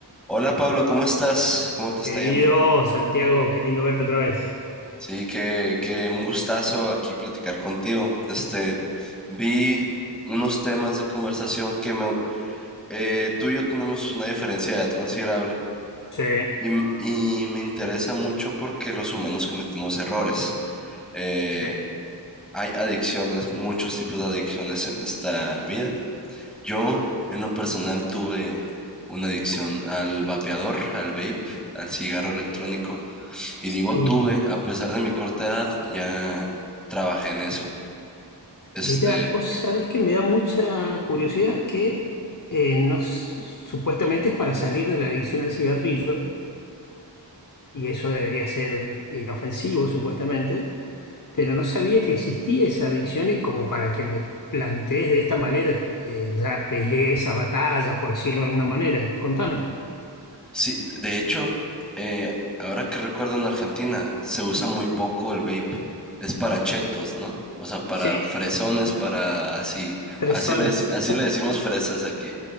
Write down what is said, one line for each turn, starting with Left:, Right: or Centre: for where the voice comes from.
Centre: Hola Pablo, ¿cómo estás? ¿Cómo te está
Left: Querido
Centre: yendo?
Left: Santiago, qué lindo verte otra vez.
Centre: Sí, que, que un gustazo aquí platicar contigo. Este, vi unos temas de conversación que me... eh, tú y yo tenemos una diferencia de edad considerable
Left: Sí,
Centre: y, m- y me interesa mucho porque los humanos cometemos errores. Eh,
Left: sí.
Centre: hay adicciones, muchos tipos de adicciones en esta vida Yo, en lo personal, tuve una adicción al vapeador, al vape, al cigarro electrónico. Y digo
Left: Y
Centre: tuve, a pesar de mi corta edad, ya trabajé en eso. Este,
Left: mira, vos sabés que me da mucha curiosidad que eh, no, s- supuestamente es para salir de la adicción al cigarrillo, y eso debería ser inofensivo supuestamente, pero no sabía que existía esa adicción y como para que me plantees de esta manera, t- eh, ya peleé esa batalla, por decirlo de alguna manera. Contame.
Centre: sí, de hecho, eh, ahora que recuerdo en Argentina, se usa muy poco el vape. Es para chetos, ¿no? O sea, para
Left: Sí,
Centre: fresones, para así,
Left: fresones.
Centre: así le, deci- así le decimos fresas aquí.